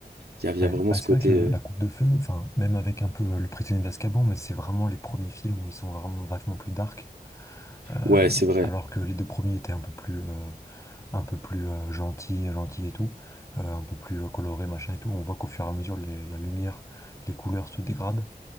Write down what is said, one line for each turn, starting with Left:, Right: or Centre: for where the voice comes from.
Right: Il y a, il
Left: Ouais,
Right: y a vraiment
Left: bah,
Right: ce
Left: c'est
Right: côté.
Left: vrai que le-
Right: euh,
Left: la coupe de feu, enfin, même avec un peu euh, Le Prisonnier d'Azkaban, mais c'est vraiment les premiers films où ils sont vraiment vachement plus dark, euh,
Right: Ouais, c'est vrai.
Left: alors que les deux premiers étaient un peu plus, euh, un peu plus euh, gentils, gentils et tout, euh, un peu plus euh, colorés, machin et tout. On voit qu'au fur et à mesure, les- la lumière, les couleurs se dégradent.